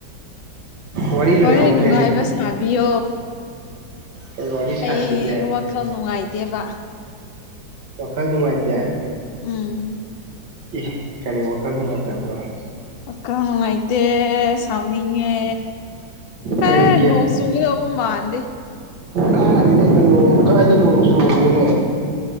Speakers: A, on the right (about 80°); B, on the left (about 80°).
A: ꯋꯥꯔꯤ ꯂꯣꯏꯍꯧꯗ꯭ꯔꯦꯅꯦ
B: ꯍꯣꯔꯦꯟ ꯅꯨꯡꯉꯥꯏꯕ ꯁꯥꯕꯤꯌꯣ
A: ꯀꯩ ꯋꯥꯔꯤ ꯁꯥꯁꯤꯒꯦ
B: ꯑꯩ ꯈ ꯅꯨꯡꯉꯥꯏꯇꯦꯕ
A: ꯋꯥꯈꯜ ꯅꯨꯡꯉꯥꯏꯇꯦ
B: ꯎꯝ
A: ꯏ ꯀꯔꯤ ꯋꯥꯈꯜ ꯅꯨꯡꯉꯥꯏꯇꯕꯅꯣ
B: ꯋꯥꯈꯜ ꯅꯨꯡꯉꯥꯢꯑꯦ ꯁꯥꯎꯅꯤꯡꯉꯦ ꯀ
A: ꯀꯩꯒꯤ
B: ꯅꯣꯡ ꯆꯨꯒꯕ ꯃꯥꯟꯗꯦ
A: ꯀꯔꯤꯅꯦ ꯅꯣꯡ ꯀꯥꯏꯗꯦ ꯅꯣꯡ ꯁꯨꯔꯛꯄꯅꯤꯅꯦ <inaudible>